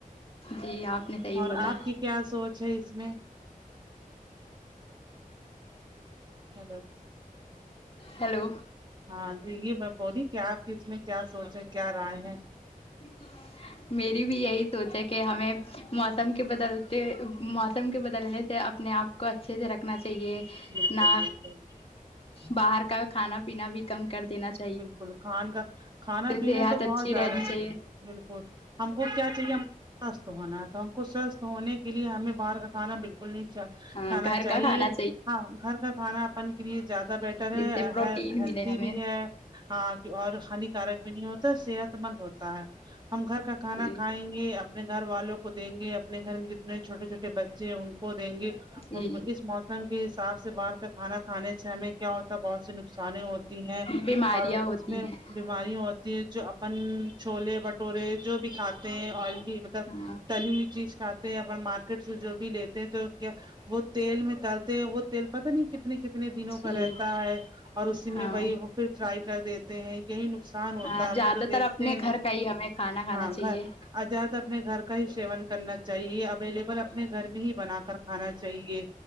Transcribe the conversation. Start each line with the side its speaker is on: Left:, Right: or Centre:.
Left: جی آپ نے صحیح
Right: اور
Left: بولا
Right: آپ کی کیا سوچ ہے اس میں <unintelligible>
Left: ہیلو
Right: ہاں جی یہ میں بولی کہ آپ ک میں کیا سوچ ہے کیا رائے ہے
Left: <inaudible> میری بھی یہی سوچ ہے کہ ہمیں موسم کے بدلتے موسم کے بدلنے سے اپنے آپ کو اچھے سے رکھنا چاہیے
Right: بالکل
Left: نہ
Right: بالکل
Left: باہر کا کھانا پینا بھی کم کر دینا چ
Right: بالکل کھان کا کھانا پینا
Left: صحت
Right: تو
Left: اچھی
Right: بہت
Left: رہنی
Right: زیادہ
Left: چاہیے
Right: بالکل ہم کو کیا چاہیے ہم سوستھ ہونا ہے تو ہم کو سوستھ ہونے کی ہمیں باہر کا کھانا بالکل نہیں چ
Left: ہاں
Right: کھانا
Left: گھر
Right: چاہیے
Left: کا کھانا
Right: ہاں گھر کا کھانا اپن کے لیے زیادہ بیٹر ہے
Left: جس سے پروٹین
Right: ہ ہیلدی
Left: ملے ہمیں
Right: بھی ہے ہاں اور ہانیکارک بھی نہیں ہوتا صحت مند ہوتا ہے ہم گھر کا کھانا
Left: جی
Right: کھائیں گے اپنے گھر والوں کو دیں گے اپنے گھر میں جتنے چھوٹے چھوٹے بچے چے ان کو دیں گے
Left: جی
Right: ان کو اس موسم کے حساب سے باہر کا کھانا کھانے سے ہمیں کیا ہوتا ہے بہت سی نقصانے ہوتی ہیں
Left: بیماریاں
Right: اور
Left: ہوتی
Right: اس میں
Left: ہیں
Right: بیماریاں ہوتی ہے جو اپن چھولے بھٹورے جو بھی کھاتے ہیں ایل یہ مطلب
Left: ہاں
Right: تلی ہوئی چیز کھاتے ہیں اور مارکیٹ سے جو بھی لیتے ہیں تو کیا وہ تیل میں تالتے ہیں وہ تیل پتہ نہیں کتنے کتنے کتنے دنوں کا
Left: جی
Right: رہتا ہے اور اسی میں
Left: ہاں
Right: وہی وہ پھر فرائی کر دیتے ہیں یہی نقصان صان ہوتا
Left: ہاں
Right: ہے اپن
Left: زیادہ
Right: تو دیکھتے
Left: تر اپنے
Right: نہیں
Left: گھر کا ہی ہمیں کھانا کھانا
Right: ہاں
Left: چاہیے
Right: گھر اجاد اپنے گھر کا ہی سیون کرنا چاہیے اویلیبل اپنے گھر میں ہی بنا کر کھانا چاہیے